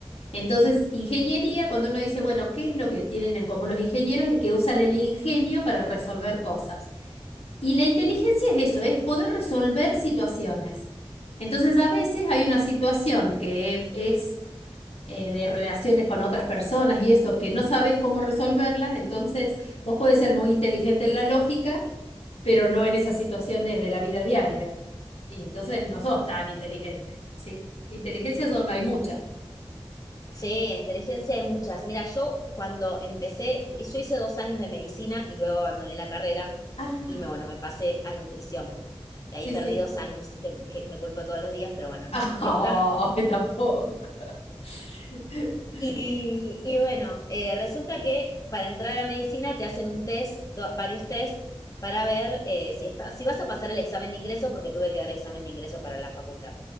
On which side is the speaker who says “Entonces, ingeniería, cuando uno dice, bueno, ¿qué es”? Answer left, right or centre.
Left